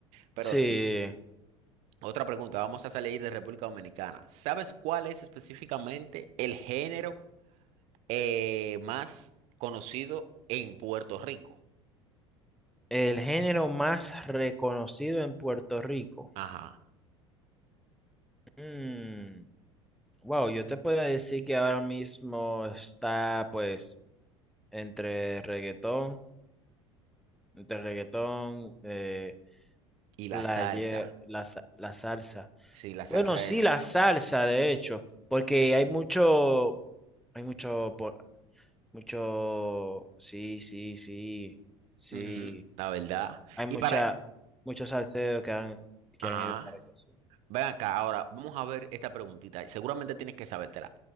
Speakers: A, on the right; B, in the centre.
A: Pero
B: Sí.
A: sí, otra pregunta, vamos a salir de República Dominicana. ¿Sabes cuál es específicamente el género eh, más conocido en Puerto Rico?
B: El género más reconocido en Puerto Rico.
A: Ajá.
B: Mm, Wow, yo te puedo decir que ahora mismo está pues entre reggaetón, entre reggaetón, eh,
A: Y
B: player,
A: la salsa.
B: la, sa- la salsa.
A: Sí, la salsa
B: Bueno, sí,
A: es...
B: la salsa, de hecho, porque
A: eh,
B: hay mucho, hay mucho, por mucho, sí, sí, sí, sí,
A: ujú, la verdad.
B: hay mucha,
A: Y para...
B: muchos salseros que han, que
A: Ajá.
B: han ido para allá. sí.
A: Ven acá, ahora vamos a ver esta preguntita. Seguramente tienes que sabértela.